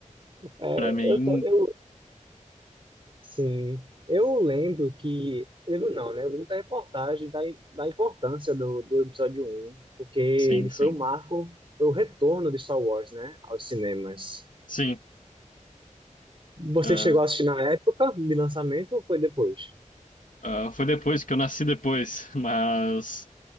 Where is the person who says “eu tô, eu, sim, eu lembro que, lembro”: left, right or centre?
Right